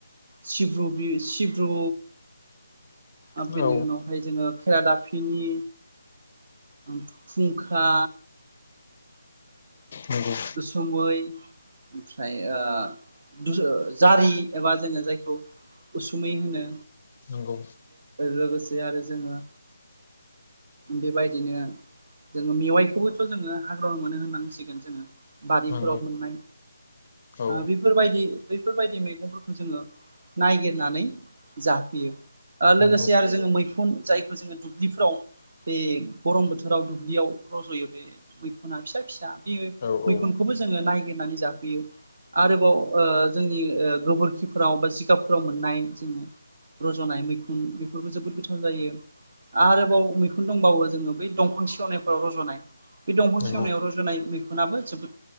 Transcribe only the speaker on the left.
नंगौ
औ
नंगौ
नंगौ
नंगौ
औ
नंगौ
औ औ
नंगौ